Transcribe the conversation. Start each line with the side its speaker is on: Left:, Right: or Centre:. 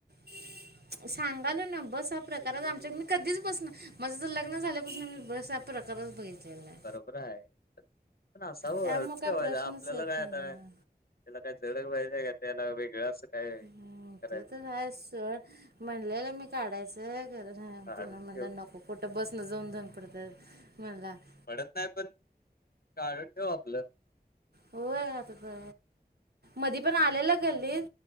Right: ह <unintelligible> सांगालो ना बस हा प्रकार आमच्या मी कधीच बसणार माझं तर लग्न झाल्यापासून मी बस हा प्रकारच बघितलेला नाय.
Left: खर आहे पण असाव
Right: त्यामुळं
Left: बघा ठेवायच
Right: काय प्रश्नच
Left: आपल्याला
Right: येत
Left: काय
Right: नाही मला.
Left: त्याला काय झडक वहिजे का त्याला वेगळ असं <unintelligible>
Right: ह
Left: करायचं
Right: ते तर आहे सोड म्हणलेला मी काढायचं करर ना्हा
Left: काढून
Right: मला
Left: ठेव
Right: नको कुठं बसणं जाऊन जाऊन पडतं मला <unintelligible>
Left: पडत नाही पण कारण ठेव आपलं
Right: होय <unintelligible> ब मधी पण आलेला गल्लीत.